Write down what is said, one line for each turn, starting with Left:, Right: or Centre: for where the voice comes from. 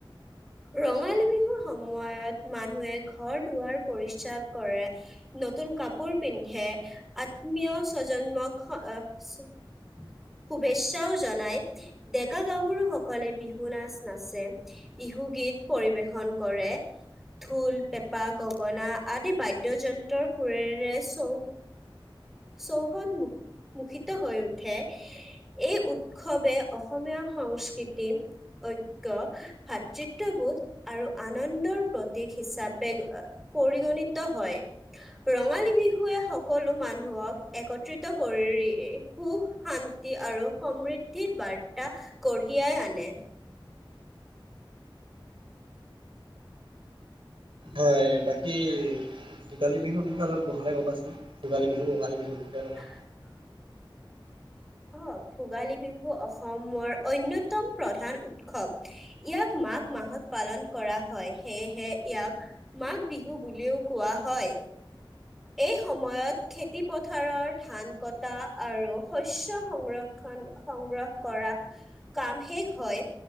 Centre: ৰঙালী বিহুৰ সময়ত মানুহে ঘৰ-দুৱাৰ পৰিষ্কাৰ কৰে। নতুন কাপোৰ পিন্ধে, আত্মীয় স্বজন্মক স শুভেচ্ছাও জনায়। ডেকা-গাভৰু সকলে বিহু নাচ নাচে। বিহু ধুগীত পৰিৱেশন কৰে। ঢোল, পেঁপা, গগনা আদি বাদ্যযন্ত্ৰৰ সুৰেৰে চৌ চৌহদ মু-মুখিত হৈ উঠে। এই উৎসৱে অসমীয়া সংস্কৃতি ঐক্য ভাত চিত্ৰবুধ আৰু আনন্দৰ প্ৰতীক হিচাপে আহ পৰিগণিত হয়। ৰঙালী বিহুৱে সকলো মানুহক একত্ৰিত কৰি সুখ, শান <unintelligible> আৰু সমৃদ্ধিৰ বাৰ্তা কঢ়িয়াই আনে। <inaudible>
Right: হয়। বাকী ভোগালী বিহুৰ বিষয়ে অলপ বহলাই ক'বা চোন। ভোগালী বিহু, ৰঙালী বিহুৰ বিষয়ে অলপমান।
Centre: <inaudible> অঁ! ভোগালী বিহু অসমৰ অন্যতম প্ৰধান উৎসৱ। ইয়াক মাঘ মাহত পালন কৰা হয়, সেয়েহে ইয়াক মাঘ বিহু বুলিও কোৱা হয়। এই সময়ত খেতি পথাৰৰ ধান কটা আৰু শস্য সংৰক্ষণ, সংগ্ৰহ কৰা কাম শেষ হয়।